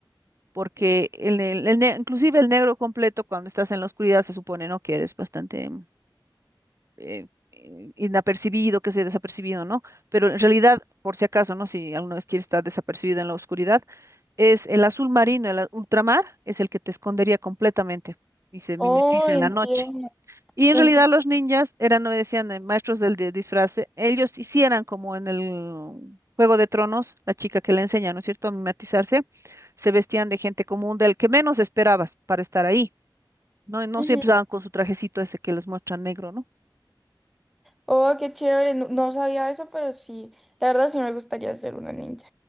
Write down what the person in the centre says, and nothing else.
Oh, entiendo.
ent-
ujú.
Oh, qué chévere. No, no sabía eso, pero sí. La verdad sí me gustaría ser una ninja.